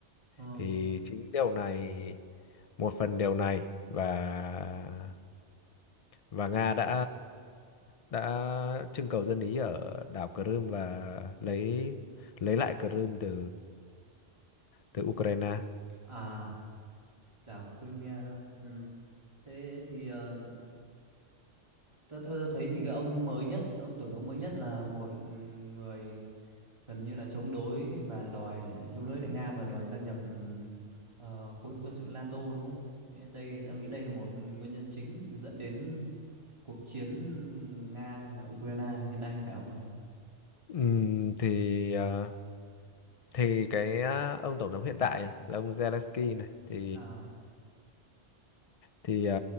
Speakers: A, on the right; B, on the left.
A: Ờ.
B: thì chính điều này một phần điều này và và Nga đã đã trưng cầu dân Ý ở đảo Crimea và lấy lấy lại Crimea từ từ Ukraine.
A: À, đảo Crimea đúng không? Ừ. Thế thì ờ, Tớ, theo tôi thấy thì cái ông mới nhất, ông tổng thống mới nhất là một ừ, người gần như là chống đối và đòi chống đối lại Nga và đòi gia nhập ừ, ờ, khối quân sự NATO đúng không? Thế Đây, tao nghĩ đây là một nguyên nhân chính để dẫn đến cuộc chiến Nga và Ukraine hiện nay phải không mày?
B: Ừm, thì ờ, thì cái ờ, ông tổng thống hiện tại này, là ông Zelensky này thì
A: À,
B: thì ờ,